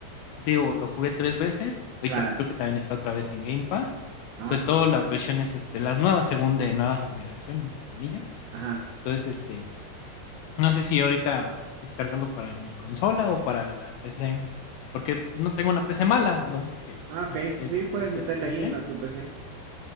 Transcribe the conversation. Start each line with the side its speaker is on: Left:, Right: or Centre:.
Left: digo, lo jugué tres veces. Ahorita
Right: Claro.
Left: creo que también está otra vez en Game Pass.
Right: Ah,
Left: Sobre
Right: ok.
Left: todo las versiones, este, las nuevas, según de nueva generación, entre comillas.
Right: Ajá.
Left: Entonces, este, No sé si ahorita descargarlo para mi consola o para la PC, porque no tengo una PC mala, ¿no? así que
Right: Ah,
Left: una
Right: ok.
Left: PC
Right: Sí,
Left: bastante
Right: puedes meterla
Left: decente.
Right: ahí en la, tu PC.